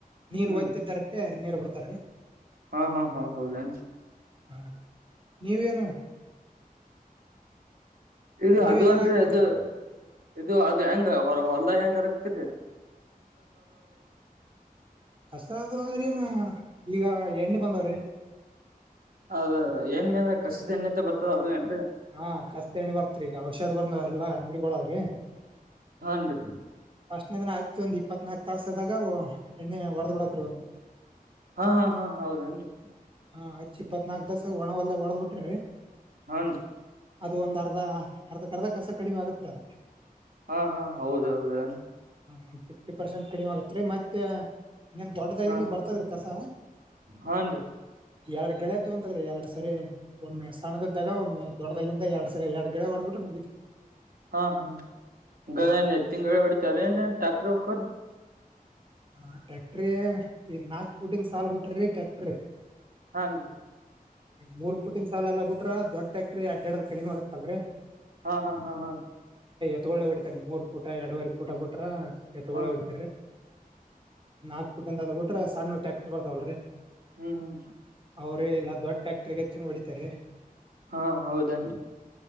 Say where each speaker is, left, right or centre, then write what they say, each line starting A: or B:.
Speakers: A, on the right (about 35°); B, on the right (about 75°).
A: ನೀರ್
B: ಹ್ಮ್
A: ಒಯ್ತಿದ್ದಾರಪೆ ನೀರ್ ಬಿಡ್ತಾರೀ.
B: ಹಾ ಹಾ ಹಾ ಹೌದೇನ್ ರೀ.
A: ಹಾ ನೀವೇನು.
B: ಇದು
A: ನೀವೇನೇನ್
B: ಅದು ಅಲ್ದೇ
A: ಹಾಕ್ತೀರಿ
B: ಇದು ಇದು ಅದ ಹೆಂಗ ಹೊರ ಹೊಲ್ದ ಹೆಂಗರಕ್ತಿರಿ.
A: ಕಸ ಆಗೋದ್ರೆ ಏನ. ಈಗ ಎಣ್ಣೆ ಬಂದವ್ರೀ.
B: ಅದದ ಏಣ್ಣೀ ಅಂದ್ರೆ ಕಸದ್ ಎಣ್ಣೇ ಅಂತ ಬರ್ತದ ಅದು ಎನ್ರೀ.
A: ಹಾ ಕಸ್ದ ಎಣ್ಣೆ ಬರ್ತ್ರಿ ಈಗ ಔಷಧ್ ಬರ್ಂದವಾವ ಎಲ್ಲಾ ಅಂಗಡಿಗೊಳಗ್ರಿ.
B: ಹಾನ್ರಿ
A: ಫಷ್ಟನೀಂದ್ರ ಆಚ್ಚಿ ಒಂದ್ ಇಪ್ಪತ್ನಾಕ್ ತಾಸ ಆದಾಗ ಅವು. ಎಣ್ಣೆ ವಡದೊಡಕರು ಒಂದ್
B: ಹಾ ಹಾ ಹಾ ಹೌದನ್ರಿ.
A: <unintelligible> ಹ್ಚ ಇಪ್ಪತ್ನಾಲ್ಕ್ ತಾಸಾಗ ಒಣವೆಲ್ಲ ಹೊಡೆದ್ಬೀಟ್ರೆ ರೀ.
B: ಹಾ
A: ಅದು ಒಂದ ಅರ್ಧ ಅರ್ಧ ಅರ್ಧ ಕಸ ಕಡಿಮೆ ಆಗತ್ರಿ ಅದಕ್ಕೆ.
B: ಹಾ ಹಾ ಹೌದ ಹೌದು.
A: ಒಂದ್ ಫಿಫ್ಟಿ ಪರ್ಸೆಂಟ್ ಕಡಿಮೆ ಆಗುತ್ತೆರೀ ಮತ್ತೆ. ಇನ್ನೊನ್ ದೊಡ್ಡದಾಗಿಂದು
B: ಹಾ
A: ಬರ್ತದ್ರ ರೀ ಕಸ.
B: ಹಾನ್ರಿ
A: ಎರಡ್ ಗಳೆ ತಗೊತದ್ರೀ ಎರಡ್ ಸರಿ ಒಮ್ಮೆ ಸಣ್ದಿದ್ದಾಗ ಒಮ್ಮ ದೊಡ್ಡಾಗಿಂದ ಎರಡ್ ಸ ಎರ್ಗಡ್ಡೆ ಹೊಡ್ದ ಬಿಟ್ರೆ ಮುಗಿತ್ರೀ.
B: ಹಾ ಹಾ ಗಣ ಏತ್ತಿನ ಗಾಡೀಲ್ ಹೊಡಿತಾರ್ರೀ ಏನ ಟ್ರಕ್ಟ್ರ ಹೋಕ್ಕರೀ.
A: ಹ ಟ್ಯಾಕ್ಟ್ರೀ ಇನ್ ನಾಕ್ ಪೋಟಿಂಗ ಸಾಲ ಬಿಟಿ ಟ್ಯಾಕ್ಟ್ರಿ.
B: ಹಾಂ ರೀ.
A: ಮೂರ್ ಪುಟ್ಟಿನ ಸಾಲ ಎಲ್ಲ ಬಿಟ್ರ ದೊಡ್ಡ ಟ್ರ್ಯಾಕ್ಟರ್ ಅಡ್ಡದ ಕಡಿಮ ಆಗತ್ತಲ್ರರಿ.
B: ಹಾ ಹಾ ಹಾ ಹಾ.
A: ಎತ್ತಗೊಳ್ಳೋ ಬಿಡ್ತಾರೆ ಮೂರ್ ಪೂಟ ಎರಡುವರೆ ಪೂಟ ಬಿಟ್ರ ಎ ತೊಳ್ಳೋ
B: ಹ
A: ಬಿಡ್ತ. ನಾಕ್ ಪುಟ್ಟಿಂದ ಅದ ಬಿಟ್ರ ಸಾನೂ ಟ್ಯಾಕ್ಟರ್ ಬರ್ತಾವಲ್ರರಿ.
B: ಹ್ಮ್ ಹ್ಮ್
A: ಅವ್ರೇ ಇಲ್ಲ ದೊಡ್ ಫ್ಯಾಕ್ಟ್ರ ಗೆಚ್ಚ ಹೊಡಿತಾರೆ.
B: ಹಾ ಹೌದನ್